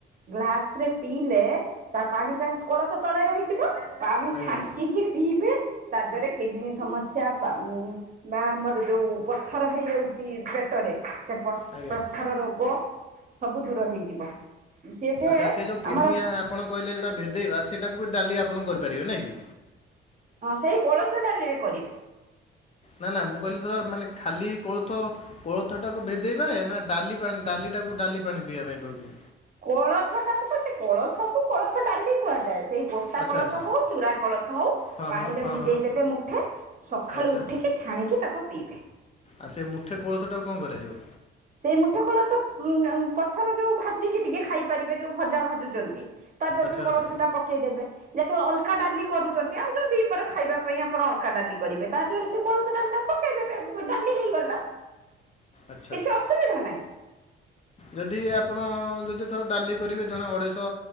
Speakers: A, on the right; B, on the left.
A: ଗ୍ଲାସ୍ ରେ ପିଇଲେ ତା ପାଣି ଟା କୋଳଥ ତଳେ ରହିଯିବ। ପାଣି
B: ଆଜ୍ଞା
A: ଛାଙ୍କିକି ପିଇବେ ତା ଦେହରେ କିଡ୍ନୀ ସମସ୍ ସ୍ୟା ବା ମ୍ ଆମର ଯୋଉ ପଥର ହେଇଯାଉଛି ପେଟରେ ସେ ପ
B: ଆଜ୍ଞା
A: ପଥର ରୋଗ ସବୁ ଦୂର ହେଇଯିବ। ସେଠେ
B: ଆଚ୍ଛା ସେ ଯୋଉ କିଡ୍ନୀଆ
A: ଆମର
B: ଆପଣ କହିଲେ ଯୋଉଟା ଭେଦେଇବା ସେଟାକୁ ବି ଡାଲି ଆପଣ କରିପାରିବେ ନାଁ କି?
A: ହଁ ସେଇ କୋଳଥ ଡାଲିରେ କରିବେ।
B: ନା ନା ମୁଁ କହିଲି ଧର ମାନେ ଖାଲି କୋଳଥ କୋଳଥ ଟାକୁ ଭେଦେଇବା ନା ଡାଲି ବାନ୍ ଡାଲି ଟାକୁ ଡାଲି ପାଣି ପିଇବା ପାଇଁ କହୁଛନ୍ତି।
A: କୋଳଥ ଟାକୁ ତ ସେ କୋଳଥକୁ କୋଳଥ ଡାଲି କୁହାଯାଏ। ସେଇ ଗୋଟା
B: ଆଚ୍ଛା
A: କୋଳଥ
B: ଆଚ୍ଛା
A: ହୋଉ ଚୁରା କୋଳଥ ହୋଉ
B: ହଁ
A: ପାଣିରେ
B: ହଁ ହଁ
A: ଭିଜେଇ
B: ହଁ
A: ଦେବେ ମୁଠେ ସଖାଳୁ
B: ଆଚ୍ଛା
A: ଉଠିକି ଛାଣିକି ତାକୁ ପିଇବେ।
B: ଆଉ ସେ ମୁଠେ କୋଳଥ ଟାକୁ କଣ କରାଯିବ?
A: ସେଇ ମୁଠେ କୋଳଥ ଉଁମ୍ ଅମ୍ ପଛର ଯୋଉ ଭାଜିକି ଟିକେ ଖାଇ ପାରିବେ ଯୋଉ ଭଜା ଭାଜୁଚନ୍ତି। ତା ଦେହରେ
B: ଆଚ୍ଛା
A: ବି କୋଳଥଟା
B: ଆଚ୍ଛା
A: ପକେଇଦେବେ ଯେତେବେଳେ ଅଲ୍ କା ଡାଲି କରୁଛନ୍ତି ଆଉ <unintelligible> ଦି ପର ଖାଇବା ପାଇଁ ଆପଣ ଅକା ଡାଲି କରିବେ ତା ଦେହରେ ସେ କୋଳ ଥ ଡାଲି ଟା ପକେଇଦେବେ ବ ଡାଲି ହେଇଗଲା।
B: ଆଚ୍ଛା
A: କିଛି ଅସୁବିଧା ନାହିଁ।
B: ଯଦି ଆପଣ ଯଦି ଥର ଡାଲି କରିବେ ଜଣେ ଅଢ଼େଇଶ